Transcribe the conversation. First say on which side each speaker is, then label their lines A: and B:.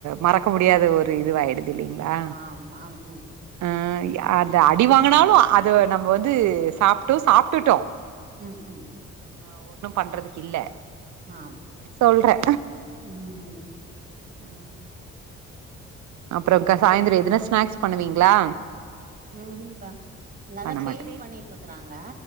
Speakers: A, on the right (about 55°); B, on the right (about 25°).
A: மறக்க முடியாத ஒரு இதுவாயிடுது இல்லிங்ளா
B: ஆமா ம்
A: அ அந்த அடி வாங்குனாலு அத நம்ம வந்து சாப்டு சாப்ட்டுட்டோ
B: ம் ம்
A: ஆ ஒன்னு பண்றதுக்கு இல்ல
B: ஆமா
A: சொல்றே
B: ம்
A: ம் <inaudible> அப்புற க்கா சாயந்தர எதுனா ஸ்நாக்ஸ் பண்ணுவீங்ளா
B: ம்ங்கா அங்கதா
A: பண்ண
B: பெயிண்ட்
A: மாட்ட
B: பண்ணிட்டு இருக்குறாங்க